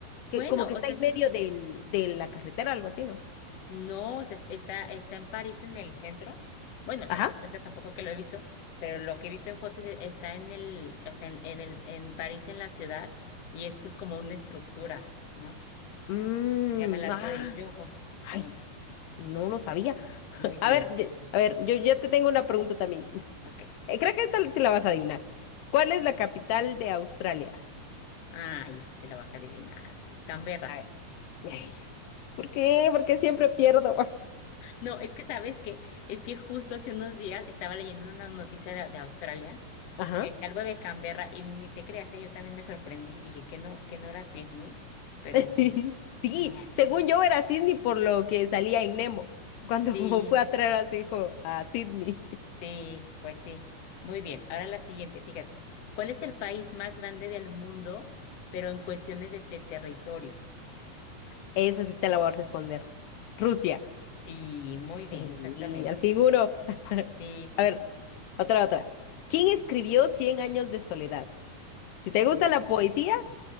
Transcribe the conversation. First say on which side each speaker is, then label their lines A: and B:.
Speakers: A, on the left; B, on the left.
A: Que
B: Bueno,
A: como que
B: o
A: está
B: sea,
A: en
B: es
A: medio
B: un-
A: del, de la carretera, algo así, ¿no?
B: No, o sea, está, está en París, en el centro. Bueno, o sea,
A: Ajá.
B: no es que tampoco que lo he visto, pero lo que he visto en fotos e- está en el, o sea, en, en el, en París, en la ciudad, y es pues como una estructura, ¿no?
A: Mm,
B: Y se llama el Arco
A: ah,
B: del Triunfo.
A: ay,
B: Bueno,
A: no lo sabía. <laughs>
B: muy bien,
A: A ver, de-
B: muy bien.
A: a ver, yo, yo te tengo una pregunta también.
B: Ok.
A: Eh, creo que esta sí la vas a adivinar. ¿Cuál es la capital de Australia?
B: Ay, esa se la va a adivinar. Canberra.
A: A ver. Ey, ¿Por qué? Porque siempre pierdo.
B: No, es que sabes que es que justo hace unos días estaba leyendo una noticia de, de Australia
A: Ajá.
B: y decía algo de Canberra y ni te creas, ¿eh? Yo también me sorprendí y dije que no, que no era Sydney, pero
A: <laughs>
B: bueno,
A: Sí,
B: ni modo,
A: según
B: ¿no?
A: yo era Sydney por lo que salía en Nemo cuando
B: Sí,
A: <laughs> fue a traer a su hijo a Sydney.
B: sí, pues sí. Muy bien, ahora la siguiente, fíjate. ¿Cuál es el país más grande del mundo, pero en cuestiones de, de territorio?
A: <laughs> Eso sí te la voy a responder. Rusia.
B: Sí, muy bien,
A: Sí,
B: exactamente.
A: al fin uno. <laughs>
B: Sí, sí,
A: A ver,
B: sí, sí,
A: otra, otra. ¿Quién escribió Cien años de soledad? Si te
B: sí.
A: gusta la poesía,